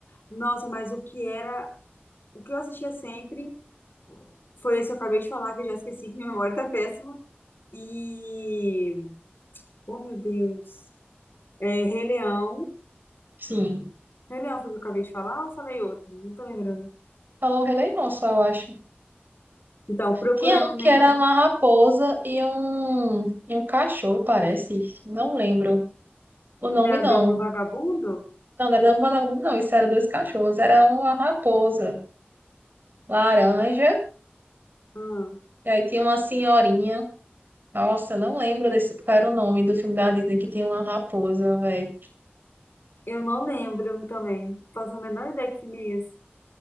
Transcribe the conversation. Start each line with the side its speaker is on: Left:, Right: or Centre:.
Left: Nossa, mas o que era, o que eu assistia sempre foi esse que eu acabei de falar, que eu já esqueci, que minha memória tá péssima. E, oh, meu Deus. É, Rei Leão.
Right: Sim.
Left: Rei Leão foi o que eu acabei de falar ou eu falei outro? Não tô lembrando.
Right: Falou Rei Leão só, eu acho.
Left: Então, Procurando
Right: Tinha um que
Left: Ne-
Right: era uma raposa e um, e um cachorro, parece. Não lembro o nome,
Left: Nemo
Right: não.
Left: no Vagabundo?
Right: Não, não era vagabundo, não. Isso era dois cachorros. Era uma raposa laranja.
Left: Hum,
Right: E aí tinha uma senhorinha. Nossa, eu não lembro desse qual era o nome do filme da Disney que tinha uma raposa, velho.
Left: eu não lembro também. Faço a menor ideia que filme é esse.